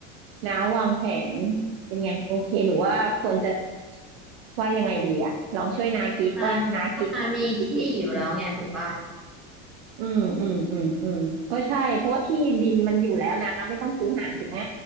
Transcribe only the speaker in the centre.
อ่าก็นามีที่อยู่แล้วไงถูกป่ะ